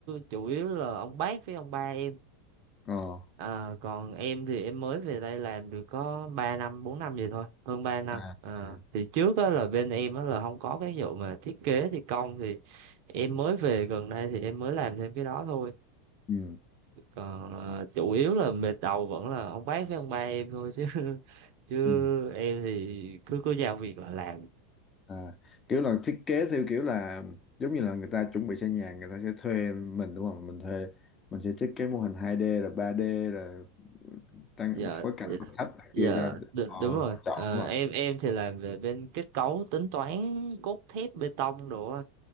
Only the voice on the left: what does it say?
ờ
à
à,
ừ
ừ
À, kiểu là thiết kế theo kiểu là giống như là người ta chuẩn bị xây nhà người ta sẽ thuê mình đúng không? Mình thuê mình sẽ thiết kế mô hình 2D là 3D là tăng
phối cảnh nội thất này
kia cho
họ,
họ chọn
đúng không?